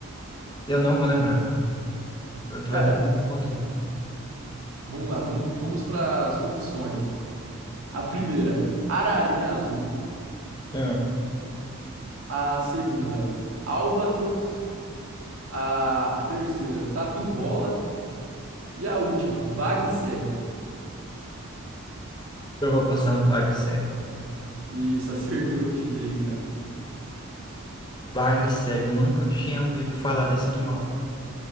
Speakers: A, on the left; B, on the right.
A: Eu não vou lembrar. Tu
B: Cara,
A: vai ter que me responder.
B: vamos lá. Vamos, vamos para as opções. A primeira, ararinha azul.
A: É.
B: A segunda, albatros. A, a terceira, Tatu Bola. E a última, Bagre Cego.
A: Eu vou passar no bagre cego.
B: Isso, <laughs> acertou em cheio, cara.
A: Bagre cego, eu nunca tinha ouvido falar desse animal.